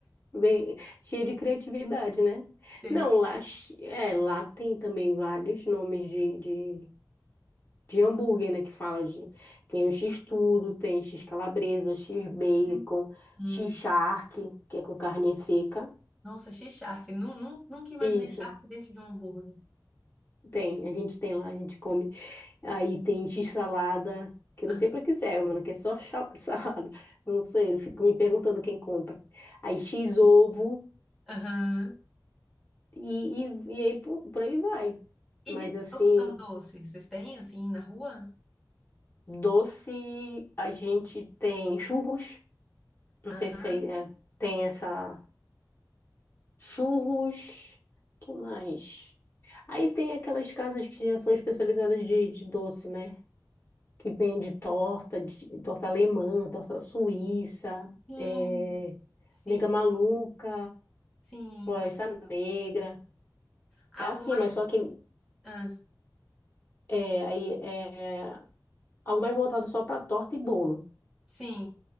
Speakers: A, on the left; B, in the centre.
A: bem cheia de criatividade, né?
B: Gente,
A: Não, lá, ch- é, lá tem também vários nomes de, de de hambúrguer, né? Que fala de. Tem o X-tudo, tem X-calabresa, X-bacon,
B: hum. hum.
A: X-charque, que é com carne seca.
B: Nossa, achei charque. Nun- nun- Nunca imaginei
A: Isso,
B: charque dentro de um hambúrguer.
A: tem. A gente tem lá, a gente come. Aí tem X-salada, que eu
B: <laughs>
A: não sei pra que serve, mano, que é só cha- <laughs> salada. Não sei, eu fico me perguntando quem compra. Aí X-ovo,
B: Aham.
A: e, e, e aí por, por aí vai.
B: E
A: Mas
B: de
A: assim,
B: opção doce, vocês têm assim na rua?
A: doce, a gente tem churros. Não
B: Aham.
A: sei se aí é, tem essa. Churros, que mais? Aí tem aquelas casas que já são especializadas de, de doce, né? Que vende torta, de- torta alemã, torta suíça,
B: Sim,
A: é,
B: sim,
A: nega maluca,
B: sim.
A: floresta negra.
B: Algo
A: É assim,
B: mais.
A: mas só que
B: Ah,
A: é, aí é algo mais voltado só para torta e bolo.
B: sim,